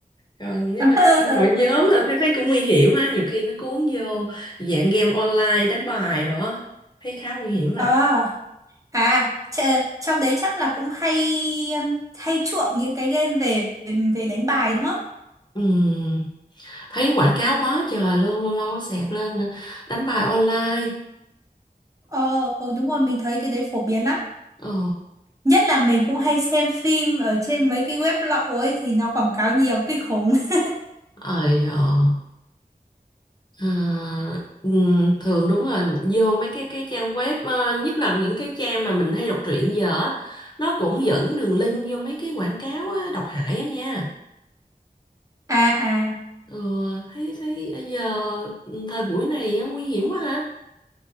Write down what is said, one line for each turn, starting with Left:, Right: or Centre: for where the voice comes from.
Left: còn nếu
Right: <laughs>
Left: mà
Right: Ờ,
Left: chơi
Right: ờ,
Left: hội
Right: ờ.
Left: nhóm là thấy thấy cũng nguy hiểm ha nhiều khi nó cuốn vô dạng game online đánh bài đó thấy khá nguy hiểm
Right: À,
Left: à
Right: à chợ- trong đấy chắc là cũng hay um, hay chuộng những cái game về về đánh bài đúng không?
Left: ừ thấy quảng cáo quá trời luôn lâu lâu nó xẹt lên đánh bài online
Right: Ờ, ờ đúng rồi mình thấy cái đấy phổ biến lắm.
Left: ờ
Right: Nhất là mình cũng hay xem phim ở trên mấy cái web lậu ấy thì nó quảng cáo nhiều kinh khủng. <laughs>
Left: ơi ờ, à, ừm, thường đúng rồi vô mấy cái cái trang web ờ, nhất là những cái trang mà mình hay đọc truyện giờ á, nó cũng dẫn đường link vô mấy cái quảng cáo á, độc hại á nha
Right: À à
Left: ừ, thấy thấy giờ ừ, thời buổi này á, nguy hiểm quá ha